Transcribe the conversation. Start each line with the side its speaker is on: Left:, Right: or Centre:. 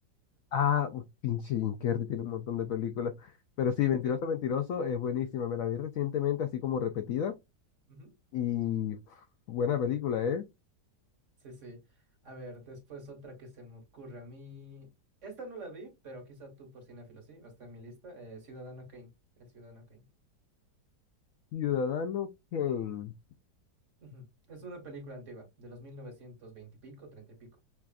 Left: Ah, uf, pinche Jim Carrey tiene un montón de películas. Pero sí,
Right: Mm,
Left: Mentiroso, Mentiroso es buenísima. Me la vi recientemente, así como repetida.
Right: Sí.
Left: Y pf, buena película, ¿eh?
Right: Sí, sí. A ver, después otra que se me ocurre a mí. Esta no la vi, pero quizá tú por cinéfilo, sí, está en mi lista. eh, Ciudadano Kane, el Ciudadano Kane.
Left: Ciudadano Kane.
Right: Ujú. Es una película antigua, de los 1920 y pico, 30 y pico.